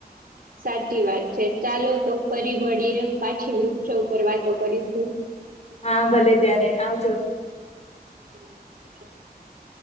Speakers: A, on the right; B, on the left.
A: <inaudible> સાચી વાત છે, ચાલો તો ફરી મળીએ પાછી વૃક્ષો ઉપર વાતો કરીશું
B: હા, ભલે ત્યારે આવજો
A: હમ